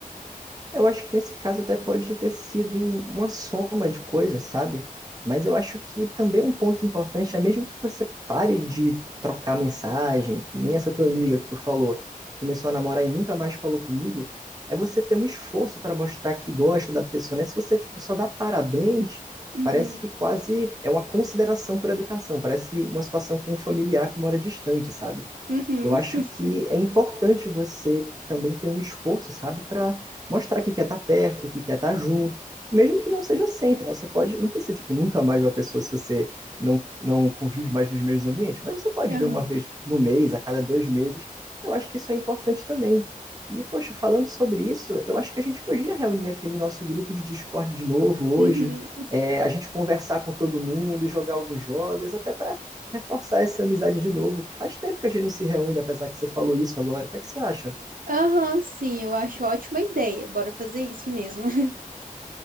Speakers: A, on the right; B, on the right.
A: Eu acho que nesse caso até pode ter sido uma soma de coisas, sabe? Mas eu acho que também um ponto importante é mesmo que você pare de trocar mensagem, que nem essa tua amiga que tu falou, começou a namorar e nunca mais falou comigo, é você ter um esforço para mostrar que gosta da pessoa, né? Se você, tipo, só dá parabéns,
B: Uhum.
A: parece que quase é uma consideração por educação, parece uma situação com um familiar que mora distante, sabe?
B: Uhum.
A: Eu acho
B: <laughs>
A: que é importante você também ter um esforço, sabe, para mostrar que quer estar perto, que quer estar junto, mesmo que não seja sempre. né? Você pode, não precisa, tipo, nunca mais ver uma pessoa se você não, não convive mais nos mesmos ambientes, mas você pode
B: Aham.
A: ver uma vez no mês, a cada dois meses. Eu acho que isso é importante também. E, poxa, falando sobre isso, eu acho que a gente podia reunir aquele nosso grupo de Discord de novo hoje,
B: Uhum.
A: é, a gente conversar com todo mundo, jogar alguns jogos, até para reforçar essa amizade de novo, que faz tempo que a gente não se reúne, apesar que você falou isso agora. O que é que você acha?
B: Aham, sim, eu acho ótima ideia. Bora fazer isso mesmo. <laughs>